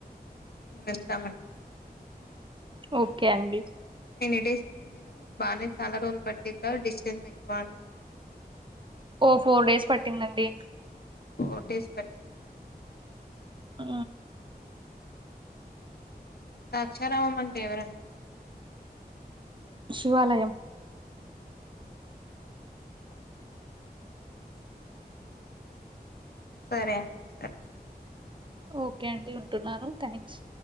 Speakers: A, on the left; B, on the right.
A: మళ్తా మ మత
B: ఓకే అండి
A: నన్ ఇడేస్ అండి మీరు బాగానే చాలా రోజులు పట్టిద్దా డిస్టెన్స్ ఎక్కువ అండి
B: ఓ ఫోర్ డేస్ పట్టిందండి
A: ఫోటేస్ పట్టింద
B: ఆ
A: దాక్షారామం అంటే ఎవరండి
B: శివాలయం
A: సరే అండి సరే
B: ఓకే అండి ఉంటున్నాను థ్యాంక్స్